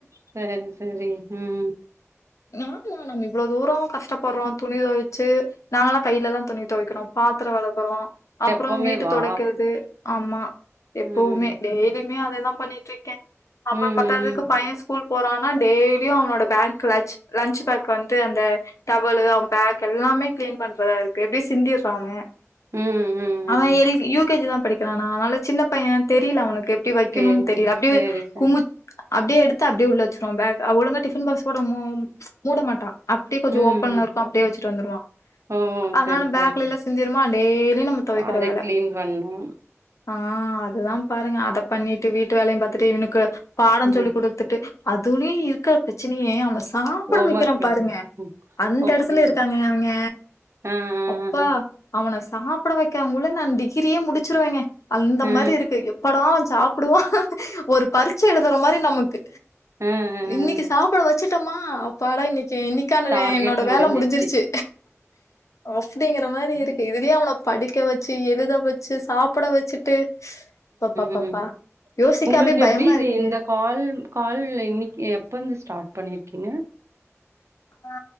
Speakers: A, on the right (about 65°); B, on the left (about 80°).
A: சரி சரி ம்
B: நாங்ளு நம்ம இவ்ளோ தூரோ கஷ்டப்பறோ துணி தொவச்சு நாங்கல்லா கையில தா துணி தொவைக்கிறோ பாத்திரோ வெளக்குறோ அப்பறோ
A: எப்பவுமே
B: வீட்டு
A: வா
B: தொடைக்கிற்து ஆமா எப்பவுமே
A: ம்
B: டெய்லியுமே அதேதா பண்ணிட் ருக்கே அப்பறம்
A: ம் ம்
B: பத்தாதுக்கு பைய ஸ் ஸ்கூல்க்கு போறனா டெய்லியு அவனோட பேக் லன்ச் லன்ச் பேக் வந்து அந்த டவல் அவன் பேக் எல்லாமே கிளீன் பண்றதா இருக்கு எப்டி சிந்திற்றா அவ
A: ம் ம் ம்
B: அவ
A: ம்
B: எல் யூ கே‌ ஜி தா படிக்கறானா அதனால சின்ன பைய தெரில அவனக்கு எப்டி வக்கணுன்னு
A: சேரிங்க
B: தெரில அப்டியே
A: சேரி சேரி
B: குமுச் அப்டியே எடுத்து அப்டியே உள்ள வச்சிறுவா பேக் ஆ ஒழுங்கா டிஃபன் பாக்ஸ் கூட மூ மூட மாட்றா அப்டியே கொஞ்சோ
A: ம்
B: ஓப்பன்ல
A: ம்
B: இருக்கு அப்டியே வச்சிட்டு வந்துருவா
A: ஓ
B: அதனால
A: சேரி
B: பேக்ல
A: சேரி
B: எல்லா சிந்திருமா டெய்லியு நம்ம தொவைக்கிற
A: அத
B: வேலை
A: கிளீன் பண்ணு
B: ஆ அதுதா பாருங்க அத பண்ணிட்டு வீட்டு வேலையு பாத்துட்டு இவனுக்கு பாடோ
A: ம்
B: சொல்லி் குடுத்துட்டு அதுலயு இருக்க பிரச்சனையே அவன சாப் ட
A: ஹோம்
B: வைக்கிறே
A: ஒர்க் குடுக்கணு
B: பாருங்க
A: ம்
B: அந்த
A: ஓகே
B: எடத்துல இருக்காங்க அவங்க
A: ஆ ஆ
B: அப்பா அவன சாப்ட வைக்கிறங்குள்ள நா டிகிரியே முடிச்சிருவேங்க அந்த
A: ஆ ஆ
B: மாரி இருக்கு எப்படா அவே சாப்டுவா ஒரு பரிட்சை எழுதுற மாரி நமக் கு
A: ஆ ஆ
B: இன்னைக்கி
A: ஆ.
B: சாப்ட வச்சிட்டமா அப்பாட இன்னக்கி இன்னக் கான
A: டார்கெட்
B: என்னோட
A: முடிஞ்சிச்சு
B: வேலை முடிஞ்சிருச்சு அப்டிங்கற மாரி இருக்கு
A: ம்
B: இதுலயே அவன படிக்க வச்சி எழுத வச்சி சாப்ட வச்சிட்டு பப்பப்பப்பா
A: ம்
B: யோசிக்கவே
A: உங்களுக்கு
B: பயமா
A: எப்டி இது
B: இருக்குங்க
A: இந்த கால் கால் இன்னக்கி எப்ப இருந்து ஸ்டார்ட் பண்ணிருக்கீங்க
B: ஆ